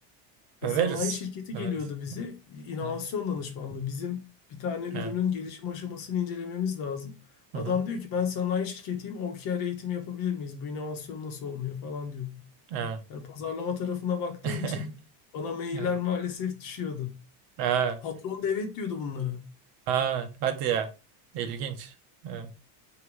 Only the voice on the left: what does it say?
Ya sanayi şirketi geliyordu
bize, inovasyon
danışmanlığı. Bizim bir tane ürünün
gelişim aşamasını incelememiz lazım.
Adam
diyor ki ben sanayi şirketiyim, OKR eğitimi yapabilir miyiz? Bu inovasyon nasıl olmuyor falan diyordu.
Yani pazarlama tarafına baktığım
için bana mailler
maalesef düşüyordu.
Patron da evet diyordu bunlara.